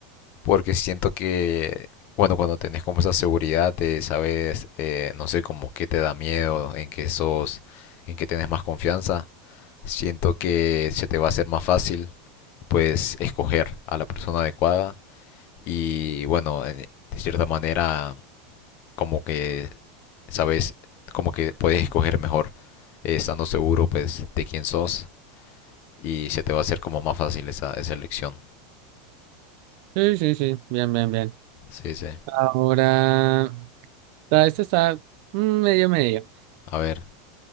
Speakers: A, on the left; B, on the right.
A: porque siento que, bueno, cuando tenés como esa seguridad de saber, eh, no sé, como qué te da miedo, en qué sos, en qué tenés más confianza, siento que se te va a hacer más fácil, pues, escoger a la persona adecuada y, bueno, en- de cierta manera, como que, sabes, como que puedes escoger mejor. eh, estando seguro pues de quién sos y se te va a hacer como más fácil esa, esa elección.
B: Sí, sí, sí, bien, bien, bien.
A: Sí, sí.
B: Ahora, ah, esto está mm, medio medio.
A: A ver.